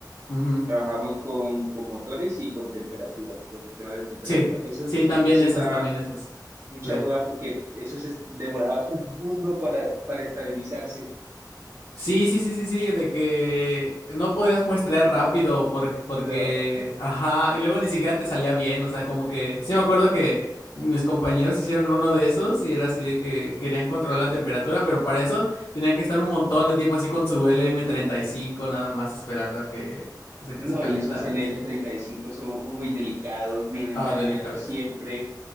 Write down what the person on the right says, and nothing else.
Trabajamos con, con motores y con temperatura, con sistemas de temperatura.
Eso,
eso
daba
mucha
hueva porque eso se demoraba un mundo para, para estabilizarse.
No,
no,
y esos L
m treinta y cinco son muy delicados, vienen
dañados
siempre.